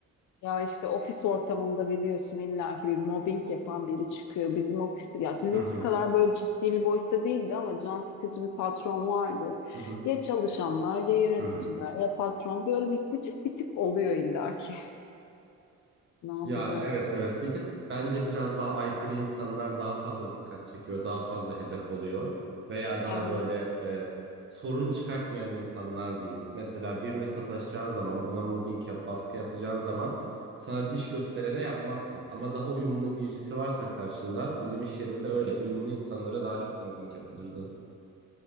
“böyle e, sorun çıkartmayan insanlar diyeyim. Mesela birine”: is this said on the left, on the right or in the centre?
Right